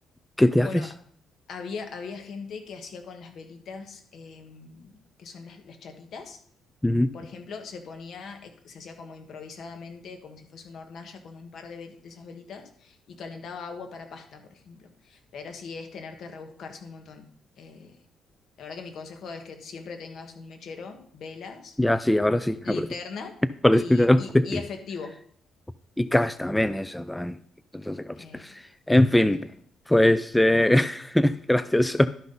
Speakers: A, in the centre; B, on the left.
A: ¿Qué te
B: Bueno,
A: haces?
B: había, había gente que hacía con las velitas, em, que son las, las chatitas.
A: Ujú.
B: Por ejemplo, se ponía, eh, se hacía como improvisadamente, como si fuese una hornalla con un par de, vel- de esas velitas y calentaba agua para pasta, por ejemplo. Pero sí es tener que rebuscarse un montón. Eh, la verdad que mi consejo es que siempre tengas un mechero, velas,
A: Ya sí, ahora sí.
B: linterna
A: apre- Parece
B: y,
A: que ahora
B: y-
A: sí.
B: y efectivo.
A: <laughs> Y Cash también, eso también. Entonces, de Cash.
B: Eh,
A: En fin,
B: pero...
A: pues eh, <laughs> gracioso.